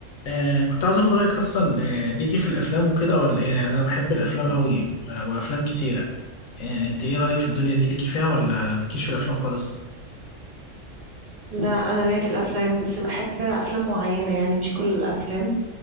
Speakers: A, on the left (about 85°); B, on the right (about 45°).
A: آه كنت عايز اخد رايك اصلا آه ليكي في الافلام وكده ولا ايه يعني انا بحب الافلام قوي آه، وافلام كتيره آه انت ايه رايك في الدنيا دي ليكي فيها ولا ملكيش في الافلام خالص
B: لا انا ليا في الافلام بس بحب افلام معينه يعني مش كل الافلام